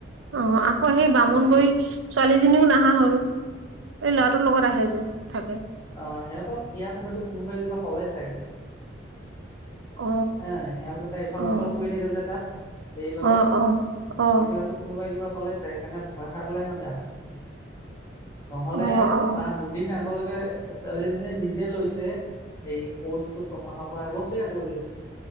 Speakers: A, on the right; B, on the left.
A: অ অ অ, আকৌ সেই বামুণবড়িৰ
B: গতিকে
A: ই সি ছোৱালীজনীও নাহা হ'ল এই ল'ৰাটোৰ লগত আহে যে থাকে।
B: অ অ অ, সিহঁতক ইয়াত হয়তো কোনোবাই কিবা কলে চাগে।
A: অ',
B: হয়, ইহঁত কেইটা ইফাল-সিফাল
A: অ',
B: কৰি থাকে যে তাত। দেৰিলৈকে,
A: অ', অ', অ',
B: গতিকে হয়তো কোনোবাই কিবা ক'লে চাগে সেইকাৰণে ভয় খাই পেলাই সিহঁতে আহা নাই। নহ'লে
A: অ', অ',
B: তাৰ দুদিন আগলৈকে ছোৱালীজনীয়ে নিজে লৈছে। সেই কোৰ্চটো ছমাহৰ পৰা এবছৰীয়া কৰি লৈছে।